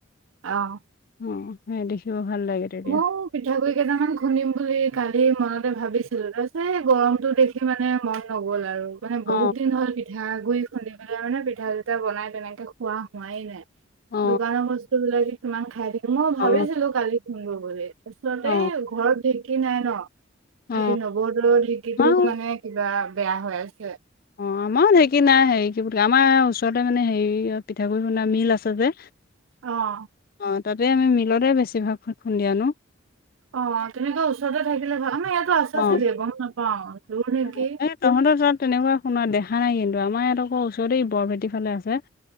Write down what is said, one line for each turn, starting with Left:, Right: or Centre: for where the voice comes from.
Right: অঁহ।
Left: ওম, সেই দেখিব ভাল লাগে। তেতিয়া
Right: মও পিঠাগুড়ি কেইটামান খুন্দিম বুলি কালি মনতে ভাবিছিলো তাৰপিছত এই গৰমতো দেখ দেখি মানে মন নগ'ল আৰু। মানে
Left: অ
Right: বহুত দিন হ'ল পিঠাগুড়ি খুন্দি পেলাই মানে পিঠা চিঠা বনাই তেনেকে খোৱা হোৱাই নাই।
Left: অ
Right: দোকান বস্তু বিলাকে কিমান খাই থাকিম মও ভাবিছিলো
Left: অ
Right: কালি খুন্দো বুলি। আঁচলতে
Left: অ
Right: এই ঘৰত ঢেঁকী নাই ন!
Left: অ
Right: এই নৱহঁতৰ ঢেঁকীটো
Left: আমাৰো
Right: মানে কিবা বেয়া হৈ আছে।
Left: আমাও ঢেকী নাই হেৰি কি বুলে আমাৰ ওচৰতে মানে হেৰি পিঠাগুড়ি খুন্দা মিল আছে যে।
Right: অঁ।
Left: অঁ তাতে আমি মিলতে বেছিভাগ খু খুন্দি আনো।
Right: অঁ তুমিটো ওচৰতে থাকিলে ভাল আমা ইয়াতো আছ
Left: অ',
Right: চাগে গ'ম নাপাও দূৰ নেকি।
Left: অ', এই তহঁতৰ তাত তেনেকুৱা শুনা দেখা নাই কিন্তু আমাৰ ইয়াত আক' ওচৰতেই এই বৰভেটি ফালে আছে।